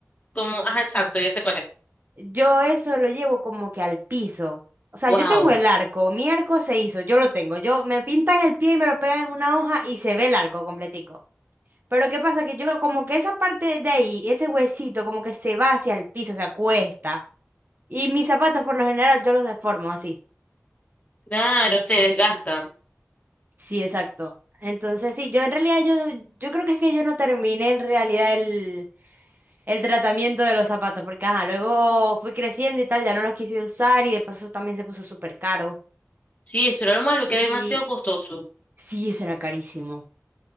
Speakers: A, on the left (about 30°); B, on the right (about 45°).
A: Como, ajá, exacto, ya sé cuál es.
B: Yo eso lo llevo como que al piso. O sea,
A: Wow.
B: yo tengo el arco, mi arco se hizo, yo lo tengo. Yo me pintan el pie y me lo pegan en una hoja y se ve el arco completico. Pero ¿qué pasa? Que yo, como que esa parte de ahí, ese huesito, como que se va hacia el piso, se acuesta. Y mis zapatos, por lo general, yo los deformo así.
A: Claro, se desgasta.
B: Sí, exacto. Entonces, sí, yo en realidad, yo, yo creo que es que yo no terminé en realidad el, el tratamiento de los zapatos, porque ajá, luego fui creciendo y tal, ya no los quise usar y de paso también se puso súper caro.
A: Sí, eso era lo malo, que
B: Y
A: es demasiado costoso.
B: sí, eso era carísimo.